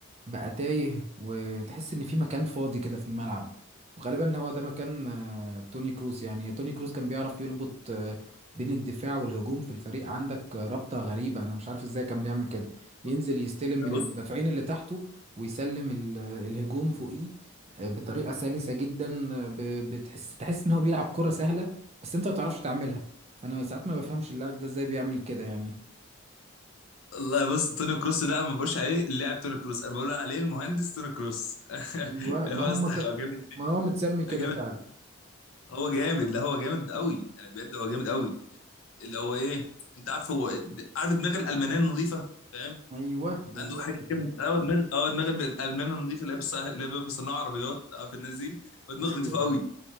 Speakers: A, on the right (about 30°); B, on the left (about 75°).
A: بقى تايه وتحس ان في مكان فاضي كده في الملعب وغالبا هو ده مكان آه، توني كروس يعني توني كروس كان بيعرف يربط آه، بين الدفاع والهجوم في الفريق عندك آه، رابطة غريبة انا مش عارف ازاي كان بيعمل كده ينزل
B: بص
A: يستلم من
B: بص
A: المدافعين اللي تحته ويسلم ال- الهجوم فوقيه آه، بطريقة سلسة جدا آه، ب- بتحس تحس ان هو بيلعب كرة سهلة بس انت ما تعرفش تعملها فانا ساعات ما بفهمش اللاعب ده ازاي بيعمل كده يعني
B: الله بص توني كروس ده انا ما بقولش عليه اللاعب توني كروس انا بقول عليه المهندس توني كروس <laughs>
A: ايوه ما
B: هو
A: هم
B: استح-
A: ك...
B: هو جامد
A: ما هو متسمي كده
B: جامد
A: فعلا
B: هو جامد لا هو جامد قوي يعني بجد هو جامد قوي اللي هو ايه انت عارف هو عارف دماغ الالمانيه النظيفه فاهم
A: ايوه بالظبط
B: عنده حاجه كده
A: كده
B: اه دماغ اه دماغ الالمان النظيفه اللي هي بتص- اللي هي بتصنع عربيات عارف الناس دي هو دماغ
A: ايوه
B: نظيفه قوي
A: ايوه